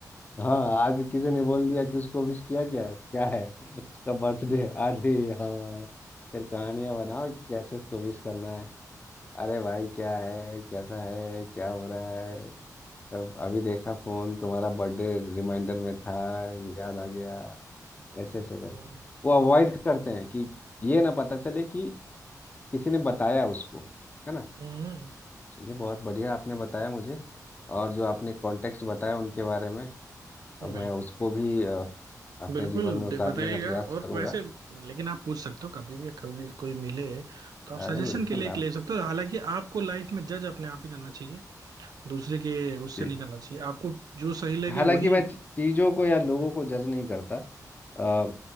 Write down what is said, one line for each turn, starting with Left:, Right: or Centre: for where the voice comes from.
Left: हाँ आज किसी ने बोल दिया कि उसको विश किया क्या है क्या है <laughs> उसका बर्थडे है अरे हाँ फिर कहानियां बनाओ कि कैसे इसको विश करना है अरे भाई क्या है कैसा है क्या हो रहा है तब अभी देखा फोन तुम्हारा बर्थडे रिमाइंडर में था ये याद आ गया ऐसे ऐसे करके
Right: हम्म
Left: वो अवॉइड करते हैं कि ये ना पता चले कि किसी ने बताया उसको है ना
Right: हम्म,
Left: चलिए बहुत बढ़िया आपने बताया मुझे और जो आपने कॉन्टेक्स्ट बताया उनके बारे में और
Right: बिल्कुल
Left: मैं उसको भी अ, अपने
Right: बिल्कुल
Left: जीवन में
Right: दे-
Left: उतारने
Right: बताइएगा
Left: का प्रयास
Right: और
Left: करूंगा
Right: वैसे लेकिन आप पूछ सकते हो कभी भी कभी कोई मिले तो आप
Left: अरे
Right: सजेशन
Left: बिल्कुल
Right: के लिए एक
Left: आप
Right: ले सकते हो हालांकि आपको लाइफ में जज अपने आप ही करना चाहिए दूसरे के उससे
Left: जी।
Right: नहीं करना चाहिए आपको जो सही लगे
Left: हालांकि
Right: वही
Left: मैं ची- चीजों को या लोगों को जज नहीं करता अ,